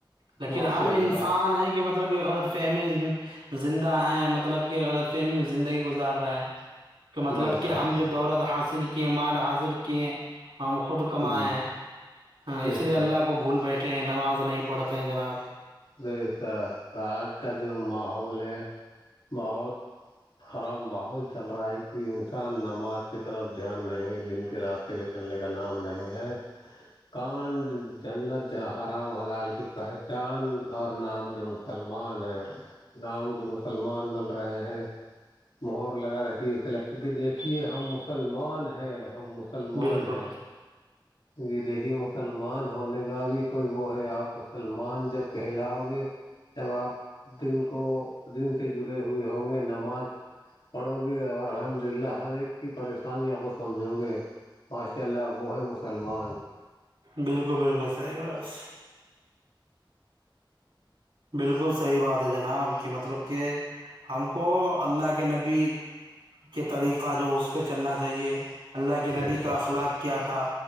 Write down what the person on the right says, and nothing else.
لیکن
ہم
انسان ہیں کہ مطلب مطلب کہ غلط فہمی زندہ ہیں مطلب کہ غلط فہمی میں زندگی گزار رہے ہیں کہ مطلب
کہ
ہم جو دولت حاصل کیے مال حاصل کیے ہم خود کمائے
ہاں
اس لیے
اللہ کو بھول بیٹھے ہیں نماز نہیں پڑھتے ہیں جناب
بالکل
بالکل بالکل صحیح بات بالکل صحیح بات ہے جناب کہ مطلب کہ ہم کو اللہ کے نبی کے طریقہ جو اس پہ چلنا چاہیے اللہ کے
نبی کا
اخلاق کیا تھا